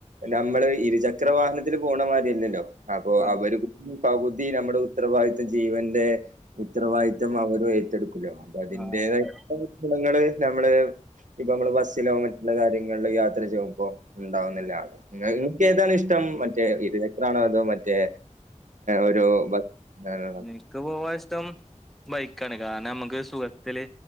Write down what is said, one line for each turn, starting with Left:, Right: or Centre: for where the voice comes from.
Right: നമ്മള് ഇരുചക്ര വാഹനത്തില് പോണമാതിരില്ലല്ലോ, അപ്പൊ
Centre: ആഹ്
Right: അവര് പകുതി നമ്മുടെ ഉത്തരവാദിത്തം ജീവന്റെ ഉത്തരവാദിത്വം അവരു ഏറ്റെടുക്കല്ലോ അപ്പൊ അതിന്റേതായിട്ട
Centre: ആഹ് അതെ
Right: ണ്ണ്ങ്ങള് നമ്മളെ ഇപ്പൊ നമ്മള് ബസ്സിലോ മറ്റുള്ള കാര്യങ്ങളിൽ യാത്ര ചെയ്യുമ്പോൾ ഉണ്ടാവുന്നില്ലാണ് <unintelligible> ഏതാണ് ഇഷ് മറ്റേ ഇരുചക്രണോ അതോ മറ്റേ ഒരു ആണോ?
Centre: നിനക്ക് പോവാ ഇഷ്ടം ബൈക്കാണ് കാരണം നമ്മുക്ക് സുഖത്തില്